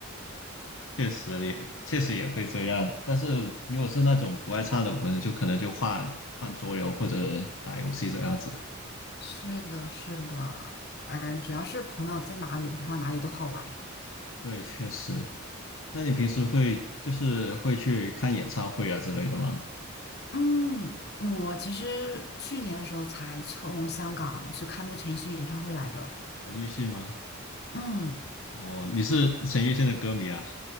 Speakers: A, on the left (about 65°); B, on the left (about 50°).
A: 确实也确实也会这样，但是如果是那种不爱唱的，我可能就可能就换换桌游或者打游戏这样子。
B: 是的，是的，哎，只要是朋友在哪里的话，哪里都好玩。
A: 对，确实。那你平时会就是会去看演唱会啊之类的吗？
B: 嗯，我其实去年的时候才从香港去看那个陈奕迅演唱会来着。
A: 陈奕迅吗？
B: 嗯，
A: 哦，你是陈奕迅的歌迷啊，